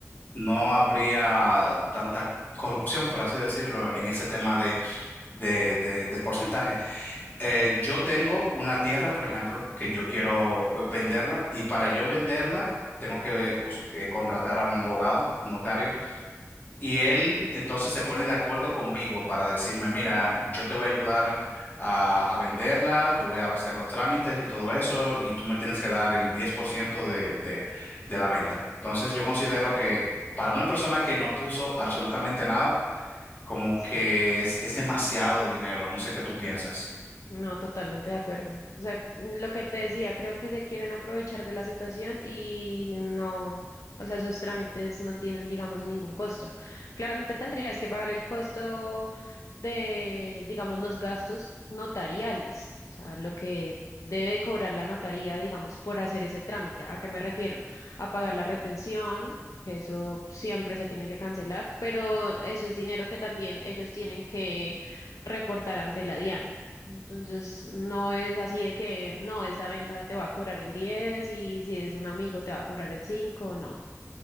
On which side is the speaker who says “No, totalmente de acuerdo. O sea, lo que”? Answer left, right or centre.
Left